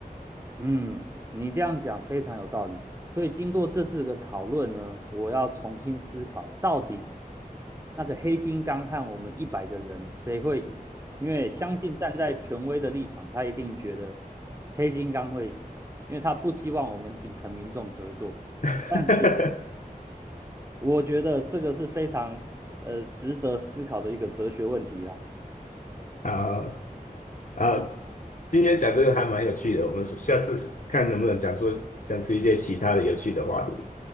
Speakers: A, on the right (about 20°); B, on the left (about 55°).
A: 嗯，你这样讲非常有道理。所以经过这次的讨论呢，我要重新思考，到底那个黑金刚和我们一百个人谁会赢？因为相信站在权威的立场，他一定觉得黑金刚会赢，因为他不希望我们底层民众合作。
B: <laughs>
A: 但是我觉得这个是非常呃值得思考的一个哲学问题啦。
B: 好，好，今天讲这个还蛮有趣的，我们下次看能不能讲出讲出一些其他的有趣的话题。